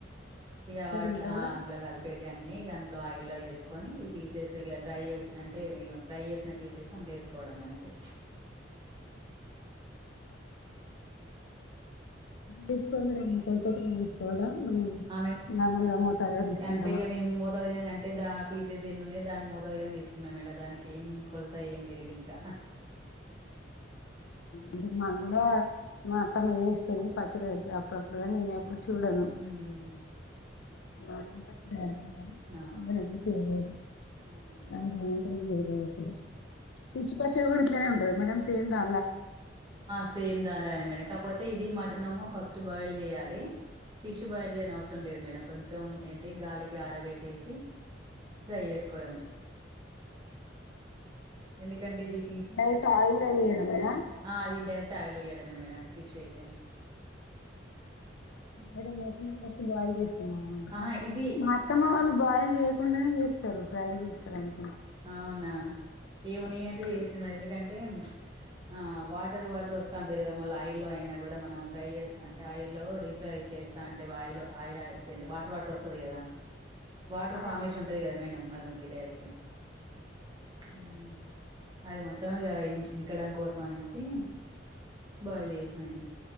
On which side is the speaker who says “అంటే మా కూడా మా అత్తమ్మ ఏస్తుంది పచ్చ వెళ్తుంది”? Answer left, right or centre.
Left